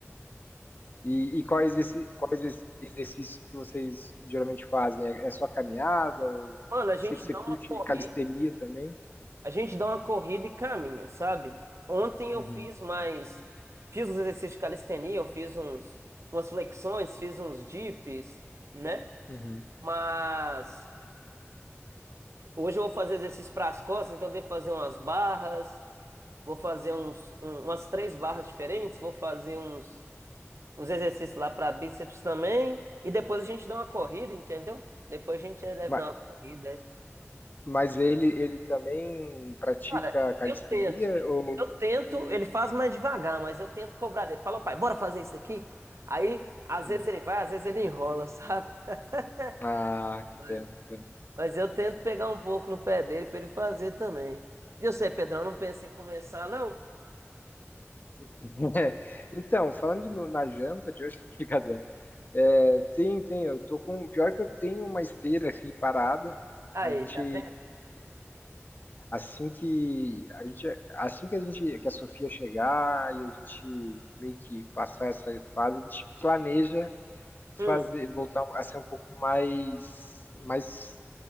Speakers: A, on the left; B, on the right.
A: E, e quais, esse, quais ex- exercícios que vocês geralmente fazem? É, é só caminhada ou
B: Mano, a gente
A: sei que você
B: dá uma
A: curte
B: corrida,
A: calistenia também?
B: a gente dá uma corrida e caminha, sabe? Ontem eu
A: Uhum,
B: fiz mais, fiz uns exercícios de calistenia, eu fiz uns, umas flexões, fiz uns dips, né?
A: uhum.
B: Mas... Hoje eu vou fazer exercício para as costas, então devo fazer umas barras, vou fazer uns, um- umas três barras diferentes, vou fazer uns, uns exercícios lá para bíceps também. E depois a gente dá uma corrida, entendeu? Depois a gente deve
A: Mas,
B: dar uma corrida. é.
A: mas ele, ele também pratica
B: Cara,
A: calistenia
B: eu tento.
A: ou...
B: Eu tento, ele faz mais devagar, mas eu tento cobrar dele. Fala, pai, bora fazer isso aqui? Aí, às
A: Hum.
B: vezes ele vai, às vezes ele enrola, sabe? <laughs>
A: Ah, que
B: Mas,
A: pena, que pena.
B: mas eu tento pegar um pouco no pé dele para ele fazer também. E eu sei, Pedrão, não pensa em começar, não?
A: <laughs> É, Então, falando no- na janta de hoje, <laughs> brincadeira. É, tem, tem, eu tô com. Pior que eu tenho uma esteira aqui parada.
B: Aí,
A: A gente,
B: tá vendo?
A: assim que a gente, assim que a gente, que a Sofia chegar e a gente meio que passar essa fase, a gente planeja fazer,
B: Hum,
A: voltar a ser um pouco mais, mais